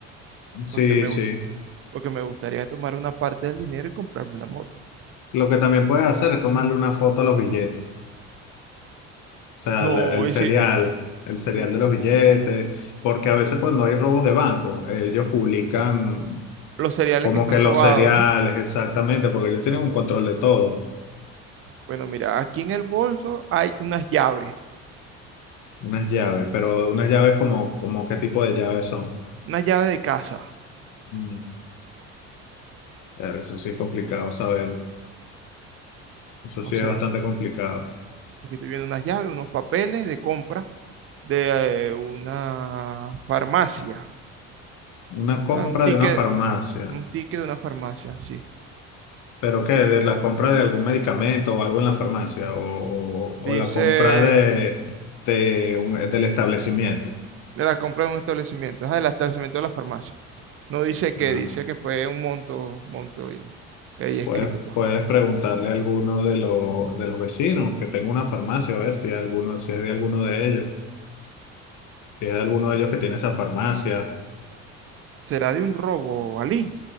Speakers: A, on the left; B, on the right.
A: Sí,
B: Porque me,
A: sí.
B: gu- porque me gustaría tomar una parte del dinero y comprarme una moto.
A: Lo que también puedes hacer es tomarle una foto a los billetes, o sea,
B: No,
A: el, el
B: y
A: serial,
B: si, y,
A: el serial
B: mm,
A: de los billetes, porque a veces cuando hay robos de banco, ellos publican
B: los cereales
A: como
B: que fueron
A: que los
B: robados,
A: seriales,
B: ¿no?
A: exactamente, porque ellos tienen un control de todo,
B: Bueno, mira, aquí en el bolso hay unas llaves,
A: unas llaves, pero unas llaves como, como qué tipo de llaves son.
B: unas llaves de casa,
A: Mm, claro, Eso sí es complicado saber, eso
B: no
A: sí
B: sé.
A: es bastante complicado.
B: Aquí estoy viendo unas llaves, unos papeles de compra de eh, una farmacia.
A: Una
B: Bueno,
A: compra
B: un ticket,
A: de una farmacia.
B: un ticket de una farmacia, sí.
A: ¿Pero qué? ¿De la compra de algún medicamento o algo en la farmacia? ¿O, o- o
B: Dice
A: la compra de, de un- del establecimiento?
B: de la compra de un establecimiento, ah, del establecimiento de la farmacia. No dice que,
A: Ah,
B: dice que fue un monto, monto y, ahí escrito,
A: puedes,
B: pues.
A: puedes preguntarle a alguno de, los de los vecinos que tenga una farmacia, a ver si, alguno, si es de alguno de ellos. Si es de alguno de ellos que tiene esa farmacia.
B: ¿Será de un robo, Ali?